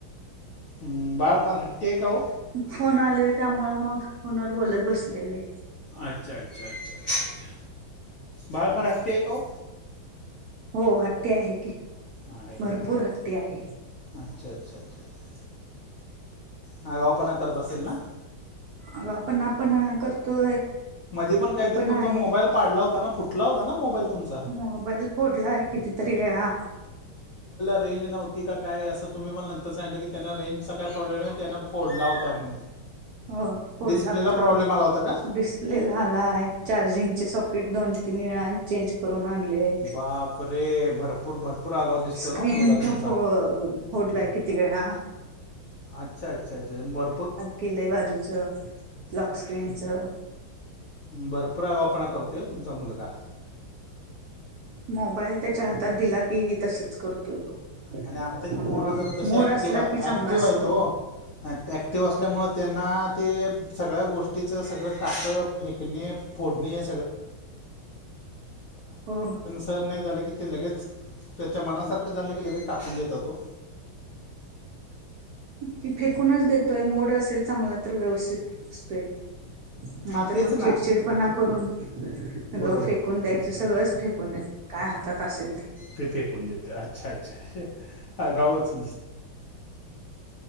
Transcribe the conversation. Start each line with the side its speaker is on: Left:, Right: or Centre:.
Left: हम्म, बाळ फार हट्टी आहे का हो
Right: फोन आले त्यामुळं, मग फोनवर बोलत बसलेले.
Left: अच्छा अच्छा अच्छा अच्छा अच्छा! बाळ फार हट्टी आहे का ओ?
Right: हो, हट्टी आहे की.
Left: ह आहे
Right: भरपूर हट्टी आहे
Left: अच्छा अच्छा अच्छा अ्छ हा गा पणा करत असेल ना
Right: अग पण आपण करतोय हट्टी
Left: मध्येी पण काहीतरी तुमचा
Right: आहे
Left: मोबाईल पाडला होता फुटला होता ना मोबाईल द
Right: मोबाईल फोडलाय कितीतरी वेळा
Left: रेंज नव्हती काय असं तुम्ही मला नंतर सांगलं की त्यांना रेंजचा काय प्रॉब्लेम आहे त्याना फोडला होता म्हणून
Right: हो होडला
Left: डिस्प्लेला
Right: होतास
Left: प्रॉब्लेम आला होता का
Right: लेला आला आहे चार्जिंगचे सॉकेट दोन तीन वेळा चेंज करून आणले
Left: बाप रे भरपूर भरपूर आगाव दिसतो
Right: स्क्रीन
Left: ना मुलगा तुमचा
Right: का होडला किती वेळा
Left: अच्छा अच्छा अच्छा इमबरपूर
Right: केलेय बाजूचं लक स्क्रीनचं
Left: भरपूर आगापणा करतो आहे तुमचा मुलगा
Right: मोबाईल त्याच्या हातात दिला की तसच करतोय तो
Left: आणि आत्ताची
Right: त्यामुळं
Left: पोरं जरा तशी
Right: मूड
Left: ऍक्टिव्ह
Right: असला की चांगला
Left: ऍक्टिव्ह
Right: असतो
Left: आहेत तो ऍक्टिव्ह अस असल्यामुळे त्यांना ते सगळ्या गोष्टीचं सगळं टाकं फेकणे फोडणे <inaudible>
Right: हो
Left: सर नाही झालं की ते लगेच त्याच्या मनासारखं झालं नाही की लगेच टाकून देत तो
Right: की फेकूनच देतोय मोड असेल चांगला तर व्यवस्थित असतोय नाहीतर
Left: हां तेच
Right: मग
Left: ना
Right: चिडचिडपणा करून सगळ
Left: बरोबर
Right: फेकून द्यायचं सगळंच फेक को काय हातात असेल ते
Left: ते पे करून देते अच्छा अच्छाछ हा गावांच